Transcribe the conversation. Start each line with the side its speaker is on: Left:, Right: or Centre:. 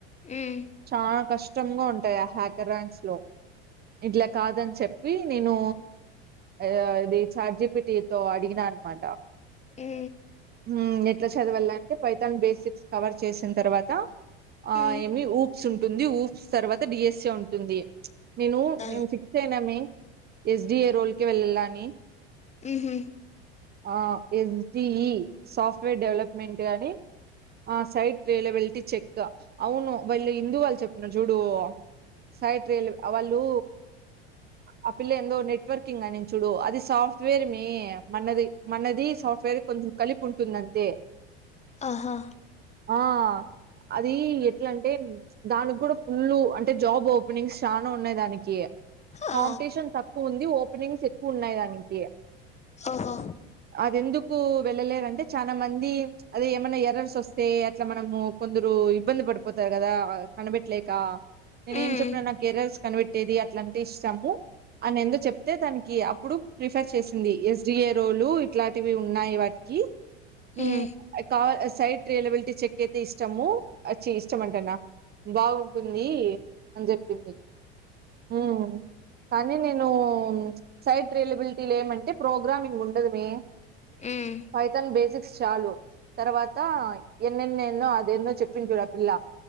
Left: ఉమ్
Right: చానా కష్టం చోంగ ఉంటాయి ఆ హ్యాకర్ ర్యాంక్స్ లో ఇట్లా కాదని చెప్పి నేను ద అది చాట్ జిపిటి తో అడిగిన అనమాట
Left: ఎ
Right: ఉ ఎట్లా చదవాల అంటే పైతాన్ బేసిక్స్ కవర్ చేసిన తర్వాత ఆ
Left: ఉమ్ ఉమ్
Right: ఏమి స్ ఉంటుంది ఉప్స్ తర్వాత డిఎస్ఎ ఉంటుంది నేను
Left: ఆ
Right: నేను ఫిక్స్ అయినామె ఎస్ డిఏ రోల్ క వెళ్ళలా అని
Left: ఉహు
Right: ఆ ఎంటి ఈ సాఫ్ట్వేర్ డెవలప్మెంట్ గాని ఆ సైట్ వేల వెళ్తే చెక్ అవును వాళ్ళు హిందూ వాళ్ళు చెప్పతున్నారు చూడు సైట్ రేల్ వాళ్ళు ఆ పిల్ల ఎందో నెట్వర్కింగ్ అనింది చూడు అది సాఫ్ట్వేర్ మే మనది మనది సాఫ్ట్వేర్ కొంచెం కలిపి ఉంటుందంతే
Left: ఆహా
Right: ఆ అది ఎట్లాంటే దానికి కూడా ఫుల్ అంటే జాబ్ ఓపెనింగ్స్ చానా ఉన్నాయి దానికి
Left: ఆ
Right: కాంపిటీషన్ తక్కువ ఉంది ఓపెనింగ్స్ ఎక్కువ ఉన్నాయి దానికి
Left: ఓహో
Right: అదెందుకు వెళ్ళలేదంటె చానా మంది అదే ఏమన్నా ఎర్రర్స్ వస్తే అట్లా మనము కొందరు ఇబ్బంది పడిపోతారు కదా కనిబెట్లేక నేను
Left: ఉమ్
Right: ఏం చెప్పినాను నాక్ ఎర్రర్స్ కనిపెట్టేది అట్లాంటె ఇష్టాము అని ఎందుచెప్తే దానికి అప్పుడు ప్రిఫర్ చేసింది ఎస్డిఏ రోలు ఇట్లాంటివి ఉన్నాయి వాటికి మ్
Left: ఉమ్
Right: ఐ కా ఎస్ సైట్ రియలబిలిటీ చెక్ అయితే ఇష్టము ఆచ్చి ఇష్టమ్ అంటున్న బాగుంటుంది అని చెప్పింది మ్ కానీ నేను సైడ్ రిలబిలిటీ లేంఅంటే ప్రోగ్రామింగ్ ఉండదు మె
Left: ఉమ్
Right: ఫైతన్ బేసిక్ చాలు తర్వాత ఎన్నెన్నేన్నో అదేన్నో చెప్పిన్ చూడు ఆ పిల్ల